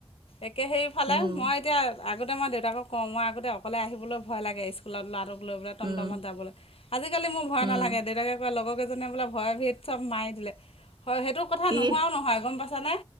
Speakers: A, on the left; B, on the right.
A: একে সেইফালে
B: উম
A: মই এতিয়া আগতে মই দেউতাকক কওঁ মই আগতে অকলে আহিবলৈ ভয় লাগে স্কুলত ল'ৰাটোক লৈ পেলাই টমটত
B: উম
A: যাবলৈ। আজিকালি মোৰ ভয়
B: উম
A: নালাগে। দেউতাকে লগৰ কেইজনে বোলে ভয় ভিত চব মা এ দিলে। হয় সেইটো সেইটো কথা নোহোৱাও
B: ইহ
A: নহয় গম পাইছানে?